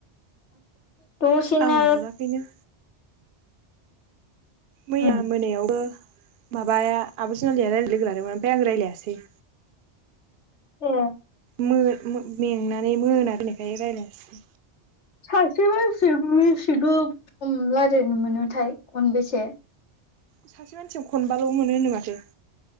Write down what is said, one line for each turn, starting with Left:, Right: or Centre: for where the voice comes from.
Left: दसेनो
Right: आं हराखैनो। मैया
Left: उम
Right: मोनायावबो माबाया आब' जुनालिया रायलाय लोगो लादोंमोन ओमफाय आं रायलायासै।
Left: ए
Right: मो-मो-मेंनानै मोना मोनाबोनायखाय रायलायासै।
Left: सासे मान सिजों बेसे गोगोम रायलायनो मोनोथाय, खनबेसे?
Right: सासे मानसियाव खनबाल' मोनोनो माथो।